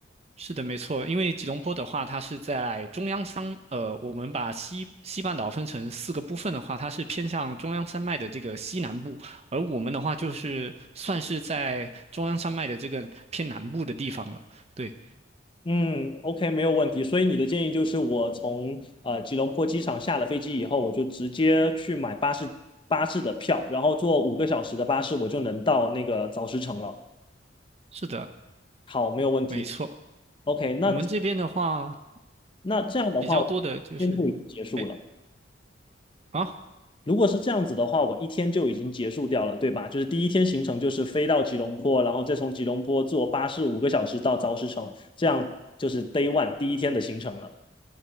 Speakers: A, on the right (about 35°); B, on the left (about 25°).
A: 是的，没错，因为吉隆坡的话，它是在中央山，呃，我们把西西半岛分成四个部分的话，它是偏向中央山脉的这个西南部，而我们的话就是算是在中央山脉的这个偏南部的地方了。对，
B: 嗯，OK，没有问题。所以你的建议就是，我从呃吉隆坡机场下了飞机以后，我就直接去买巴士巴士的票，然后坐五个小时的巴士，我就能到那个早石城了。
A: 是的，
B: 好，没有问题。
A: 没错。
B: OK，那
A: 我们这边的话，
B: 那这样的话，
A: 比较多的就是，
B: 我今天就已经结束了。
A: 哎啊
B: 如果是这样子的话，我一天就已经结束掉了，对吧？就是第一天行程就是飞到吉隆坡，然后再从吉隆坡坐巴士五个小时到早石城，这样就是 Day One 第一天的行程了。